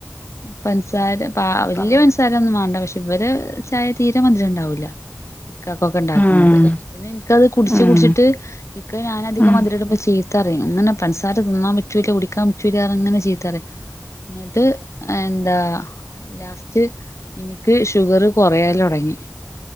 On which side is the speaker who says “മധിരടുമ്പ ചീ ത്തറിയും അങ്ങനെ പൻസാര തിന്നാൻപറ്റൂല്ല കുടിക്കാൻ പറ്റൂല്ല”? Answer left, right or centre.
Left